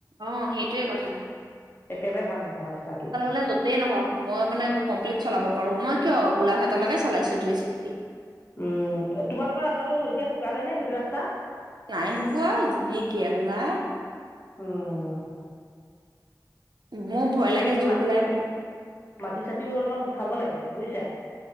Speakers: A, on the right; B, on the left.
A: অ' সেইটোৱে কথা।
B: একেবাৰে ভাল নহয় ৰাস্তাটো।
A: লে য'তেই নহওক মই মানে চলাব পাৰো মই কিয় গোলাঘাটলৈকে চলাইছো তো স্কুটি।
B: উম তোমালোকৰ ৰাস্তাটো এতিয়া শুকালে নে সেইটো ৰাস্তা
A: নাই শুকোৱা যি গেলা
B: উম
A: মোৰ ভয় লাগে
B: এতিয়া
A: জোক
B: মাটি
A: ওলাই বুলি?
B: মাটি চাটিও অলমান উঠাব লাগে বুজিছা